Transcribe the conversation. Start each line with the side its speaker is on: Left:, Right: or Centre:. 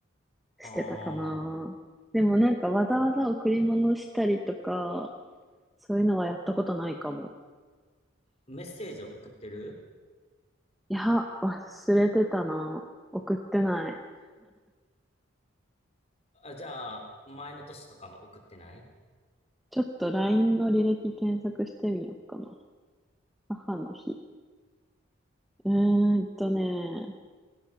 Left: ああ、
Centre: してたかな。でもなんかわざわざ贈り物したりとか、そういうのはやったことないかも。
Left: メッセージを送ってる
Centre: いや、忘れてたな。送ってない。
Left: あ、じゃあ、前の年とかも送ってない
Centre: ちょっと LINE の履歴検索してみようかな。母の日。うーんとね、